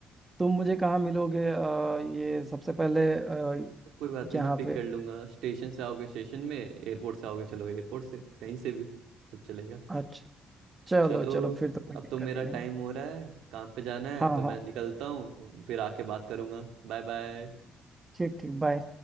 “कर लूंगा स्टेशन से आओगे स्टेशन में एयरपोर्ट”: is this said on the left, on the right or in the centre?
Right